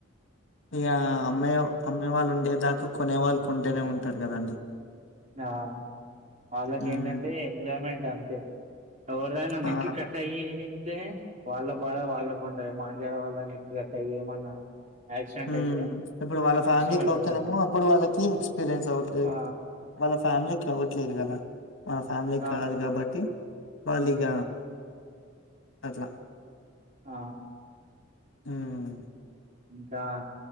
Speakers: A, on the left; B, on the right.
A: ఇగ అమ్మయి అమ్మే వాళ్ళు ఉండేదాక్ కు కొనే వాళ్ళు కొంటనే ఉంటారు కదండి
B: ఆ వాళ్ళకి
A: ఉమ్
B: ఏంటంటే ఎంజాయ్మెంట్ అంతే, ఎవరిదైనా నెక్కి
A: ఆ
B: కట్ అయ్యి. తే వాళ్ళ బాధ వాళ్ళకు ఉంటయి, మాం చదవాళ్ళన్ ఎక్క్క గట్టా ఏమన్నా. యాక్సిడెంట్
A: హుమ్
B: అయితే
A: ఇప్పుడు వాళ్ళ ఫ్యామిలీకి
B: కష్టం అయిపోతది
A: అవుతునేమో, అప్పుడు వాళ్ళకి ఎక్స్పీరియన్స్ అవుద్ది.
B: ఆ
A: వాళ్ళ ఫ్యామిలీకి కావ్వట్లేదు కదా వాళ్ళ ఫ్యామిలీ
B: ఆ
A: కాదు కాబట్టి వాళ్ళు
B: ఉమ్,
A: ఇగ అట్లా
B: ఆ
A: హ్మ్
B: ఇంకా